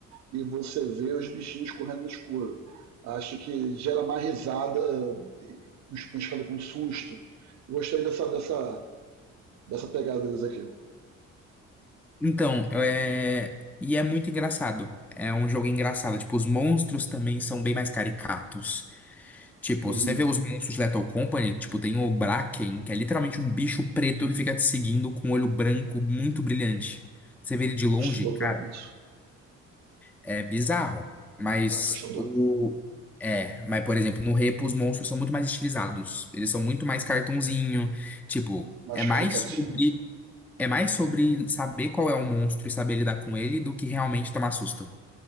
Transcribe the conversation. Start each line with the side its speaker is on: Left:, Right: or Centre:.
Right: e você vê os bichinhos correndo no escuro. Acho que gera mais risada, os cães ficam com susto. Eu gostei dessa, dessa, dessa pegada deles aqui.
Centre: Então, é... e é muito engraçado. É um jogo engraçado. Tipo, os monstros também são bem mais caricatos. Tipo,
Right: Uhum.
Centre: se você vê os monstros de Lethal Company, tipo, tem o Bracken, que é literalmente um bicho preto que fica te seguindo com um olho branco muito brilhante. Você vê ele de
Right: Assustador,
Centre: longe, cara,
Right: provavelmente
Centre: é bizarro. Mas
Right: Assustador.
Centre: o. É, mas por exemplo, no Repo os monstros são muito mais estilizados. Eles são muito mais cartunzinho. Tipo,
Right: Mais
Centre: é mais
Right: caricatinho.
Centre: sobre é mais sobre saber qual é o monstro e saber lidar com ele do que realmente tomar susto.